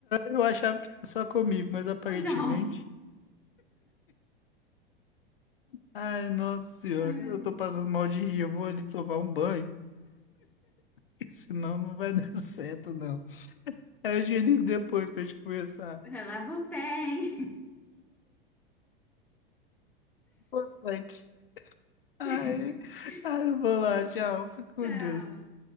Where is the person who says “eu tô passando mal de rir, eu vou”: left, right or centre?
Left